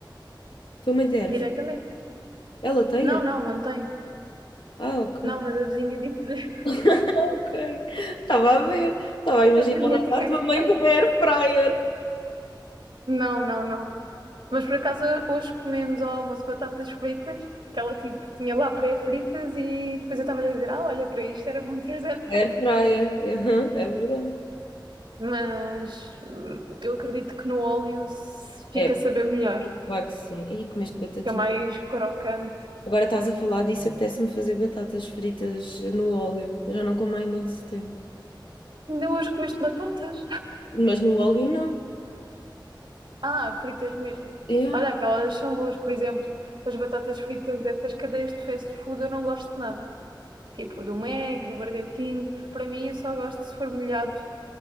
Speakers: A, on the left; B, on the right.
A: tua mãe tem erva?
B: diretamente.
A: Ela tem
B: Não,
A: erva?
B: não, não tem.
A: Ah, ok.
B: Não, mas a vizinha disse
A: <laughs> Ok. Estava a ver. Estava a imaginar
B: Eu vinha ter
A: a tua mãe
B: fryer.
A: como air fryer.
B: Não, não, não. Mas por acaso hoje comemos ao almoço batatas fritas, que ela tipo tinha lá pré-fritas e depois eu estava a dizer, ah, olha, para isto era bom ter zero fryer.
A: Air fryer. Aham, é verdade.
B: Mas hum, eu acredito que no óleo fica
A: É,
B: a saber melhor,
A: claro que sim. E comeste batatinha.
B: fica mais crocante.
A: Agora estás a falar disso, apetece-me fazer batatas fritas no óleo. Eu já não como há imenso tempo.
B: Ainda hoje comeste batatas?
A: Mas no óleo não.
B: Ah, fritas mesmo.
A: É.
B: Olha, aquelas são boas, por exemplo, as batatas fritas dessas cadeias de fast food eu não gosto de nada. Tipo do Mac, do Burger King, para mim eu só gosto se for molhado